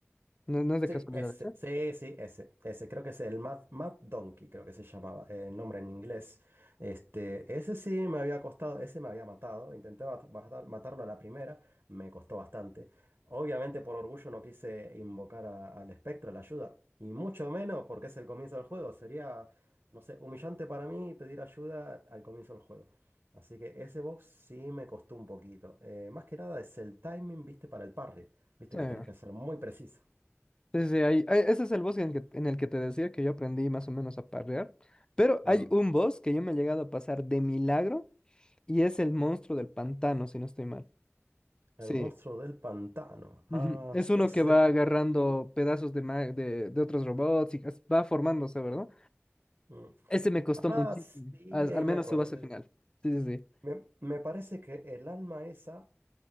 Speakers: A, on the left; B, on the right.
A: No, no es de
B: Sí,
A: casualidad,
B: ese,
A: ¿sí?
B: sí, sí, ese, ese, creo que es el Mad, Mad Donkey, creo que se llamaba, eh, el nombre en inglés. Este, ese sí me había costado, ese me había matado, intenté mat- matar- matarlo a la primera, me costó bastante. Obviamente por orgullo no quise invocar a- al espectro, la ayuda, y mucho menos porque es el comienzo del juego, sería, no sé, humillante para mí pedir ayuda al comienzo del juego. Así que ese box sí me costó un poquito. Eh, más que nada es el timing, viste, para el parry, viste
A: Sí.
B: que tenés que ser muy preciso.
A: Sí, sí, hay ahí- ese es el boss en, que- en el que te decía que yo aprendí más o menos a parrear. Pero
B: Mm.
A: hay un boss que yo me he llegado a pasar de milagro y es el monstruo del pantano, si no estoy mal.
B: El
A: Sí.
B: monstruo del pantano.
A: ujú,
B: Ah,
A: Es
B: sí,
A: uno
B: es
A: que va
B: el...
A: agarrando
B: sí.
A: pedazos de, ma- de, de otros robots y as- va formándose, ¿verdad?
B: Mm.
A: Ese me costó
B: Ah,
A: muchísimo,
B: sí,
A: as-
B: ahí
A: al, menos
B: me acordé.
A: su base final. Sí, sí, sí.
B: Me, me parece que el alma esa